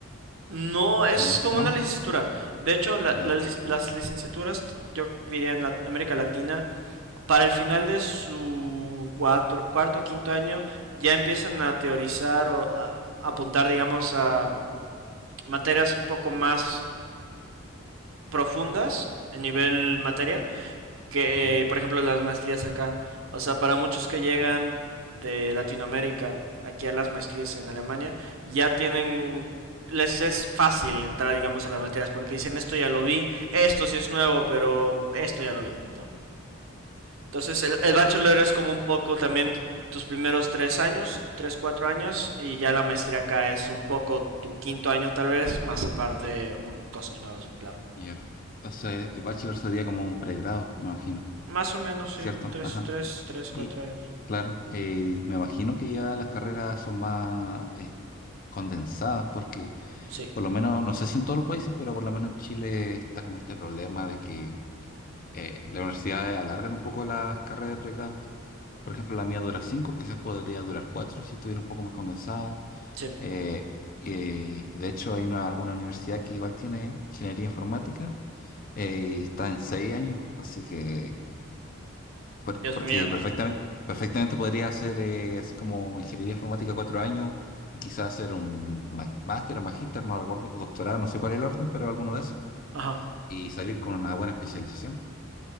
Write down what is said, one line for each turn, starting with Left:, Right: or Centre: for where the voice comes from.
Right: No, es
Left: ¿O no?
Right: como
Left: ¿No?
Right: una licenciatura. De hecho, la-
Left: Ya,
Right: la lic- las licenciaturas, yo diría en la- América Latina, para el final de su cuatro- cuarto o quinto año, ya empiezan a teorizar o a, a apuntar, digamos, a materias un poco más profundas en nivel materia que,
Left: ajá,
Right: eh, por ejemplo, las maestrías acá. O sea, para muchos que llegan de Latinoamérica aquí a las maestrías en Alemania, ya tienen, les es fácil entrar, digamos, a las materias porque dicen esto ya lo vi, esto sí es nuevo, pero esto ya lo vi, ¿no? Entonces, el, el bachelor es como un poco también tus primeros tres años, tres, cuatro años, y ya la maestría acá es un poco tu quinto año tal vez, más aparte un- cosas nuevas, claro.
Left: ya. Entonces, el bachelor sería como un pregrado, me imagino,
Right: Más o menos,
Left: ¿cierto?
Right: sí, un tres,
Left: Ajá.
Right: tres, tres,
Left: Y
Right: cuatro años.
Left: claro, eh, me imagino que ya las carreras son más eh, condensadas porque
Right: Sí,
Left: por lo menos, no sé si en todos los países, pero por lo menos en Chile está como este problema de que eh, las universidades alargan un poco las carreras de pregrado. Por ejemplo, la mía dura cinco, quizás podría durar cuatro si estuviera un poco más condensada.
Right: sí.
Left: Eh, eh, de hecho, hay una, alguna universidad que igual tiene ingeniería informática eh, y está en seis años, así que por-
Right: Dios
Left: porque
Right: mío.
Left: perfectamente, perfectamente podría hacer eh, así como ingeniería informática cuatro años y quizás hacer un ma- máster o magíster, no recuerdo, o doctorado, no sé cuál es el orden, pero alguno de esos,
Right: Ajá.
Left: y salir con una buena especialización.